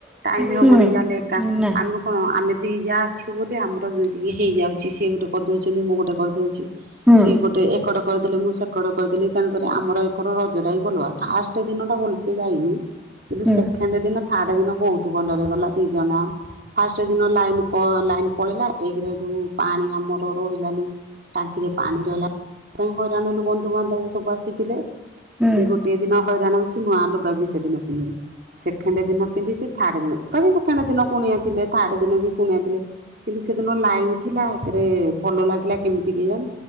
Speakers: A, on the right; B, in the centre.
A: ଟାଇମ୍
B: ହୁଁ
A: ହବନି ଯା ହେଲେ ଏକା
B: ନା
A: ଆମେ କଣ ଆମେ ଦି ଯା ଅଛୁ ବୋଲି ଆମର ଇଏ ହେଇଯାଉଚି ସିଏ ଗୋଟେ କରିଦଉଚନ୍ତି ମୁଁ ଗୋଟେ କରିଦଉଚି।
B: ହୁଁ
A: ସିଏ ଗୋଟେ ଏକଡ କରିଦେଲେ ମୁଁ ସେ କଡ଼ କରିଦେଲି। ତେଣୁକରି ଆମର ଏଥର ରଜଟା ବି ଭଲ ଆ ଫାଷ୍ଟ ଦିନ ଟା ଭଲସେ ଯାଇନି କିନ୍ତୁ
B: ହୁଁ
A: ସେକେଣ୍ଡ ଦିନ ଥାର୍ଡ ଦିନ ବହୁତ ଭଲରେ ଗଲା ଦି ଜଣ ଫାଶ୍ ଫାଷ୍ଟ ଦିନ ଲାଇନ କ ଲାଇନ୍ ପଳେଇଲା ଏକ ଏଠୁ ପାଣି ଆମର ରହିଲାନି। ଟାଙ୍କିରେ ପାଣି ରହିଲା ପାଇଁ ହଇରାଣ ହେଲୁ ବନ୍ଧୁବାନ୍ଧବ ସବୁ ଆସିଥିଲେ।
B: ହୁଁ
A: ସେଇ ଗୋଟେ ଦିନ ହଇରାଣ ହଉଚି ନୂଆ ଲୁଗା ବି ସେଦିନ ପିନ୍ଧୁନି। ସେକେଣ୍ଡ ଦିନ ପିନ୍ଧିଚି ଥାର୍ଡ ଦିନ ତବି ସେକେଣ୍ଡ ଦିନ କୁଣିଆ ଥିଲେ ଥାର୍ଡ ଦିନ ବି କୁଣିଆ ଥିଲେ କିନ୍ତୁ ସେଦିନ ଲାଇନ ଥିଲା ଏକରେ ଭଲ ଲାଗିଲା କେମିତି କେ ଜାଣି